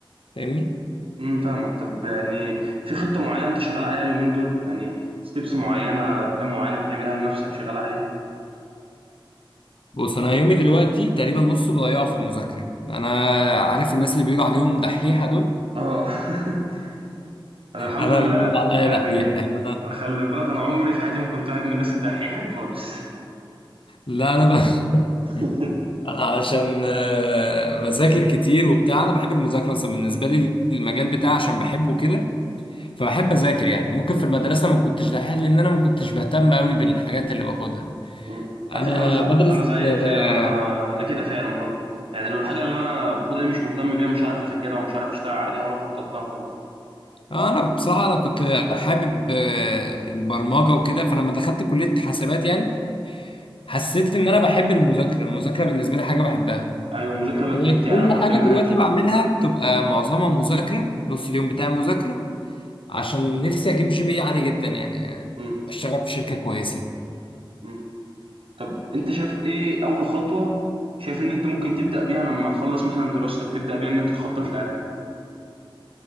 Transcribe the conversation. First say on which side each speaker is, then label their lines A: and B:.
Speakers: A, on the left; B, on the right.
A: فاهمني؟
B: امم فاهمك طب يعني في خطة معينة انت شغال عليها اليومين دول يعني ستيبس معينة بلان معينة بتعملها لنفسك شغال عليها
A: بص أنا يومي دلوقتي تقريبا نصه بضيعه في المذاكرة أنا عارف الناس اللي بيقولوا عليهم دحيحة دول
B: اه <laughs> انا الحمد
A: انا
B: لله
A: بيقولوا عليا
B: يعني
A: دحيح يعني انا
B: انا خلي بالك انا عمري في حياتي ما كنت واحد من الناس الدحيحة دي خالص
A: لا انا ب...
B: <laughs>
A: <laughs> انا علشان آه، بذاكر كتير وبتاع انا بحب المذاكره اصلا بالنسبه لي المجال بتاعي عشان بحبه كده فبحب اذاكر يعني ممكن في المدرسه ما كنتش دحيح لان انا ما كنتش بهتم قوي بالحاجات اللي باخدها
B: مم.
A: انا
B: على فكرة أنا زي...
A: بدرس
B: أنا زيك
A: آه،
B: فعلا أنا أنا كده فعلا برضو يعني لو الحاجة اللي أنا باخدها دي مش مهتم بيها مش عارف أذاكرها ومش عارف أشتغل عليها ولا أخطط لها خالص
A: آه، انا بصراحه انا كنت حابب آه، البرمجه وكده فلما دخلت كليه حاسبات يعني حسيت ان انا بحب المذاكره المذاكره بالنسبه لي حاجه بحبها
B: أيوه المذاكرة بقت
A: فبقت
B: ممتعة
A: كل
B: لمّا بتعمل
A: حاجة دلوقتي
B: حاجة أنت بتحبها،
A: بعملها بتبقى معظمها مذاكرة نص اليوم بتاعي مذاكرة عشان نفسي أجيب جي بي إيه عالي جدا يعني
B: إمم،
A: أشتغل في شركة كويسة
B: إمم. طب أنت شايف إيه أول خطوة شايف إن أنت ممكن تبدأ بيها لمّا تخلّص مثلًا دراستك، تبدأ بيها إن أنت تخطط لأهدافك؟